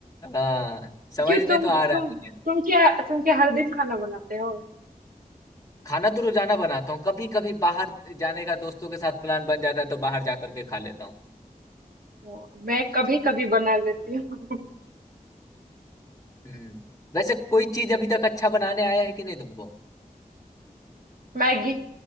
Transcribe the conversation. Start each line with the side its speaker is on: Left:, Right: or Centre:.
Left: हाँ समझ
Right: क्यों तुम
Left: में तो आ रहा
Right: तुम
Left: है मुझे
Right: तुम क्या तुम क्या हर दिन खाना बनाते हो
Left: खाना तो रोजाना बनाता हूँ कभी कभी बाहर जाने का दोस्तों के साथ प्लान बन जाता है तो बाहर जाकर के खा लेता हूँ
Right: तो मैं कभी कभी बना लेती हूँ
Left: हम्म वैसे कोई चीज अभी तक अच्छा बनाने आया है कि नहीं तुमको
Right: <laughs> मैगी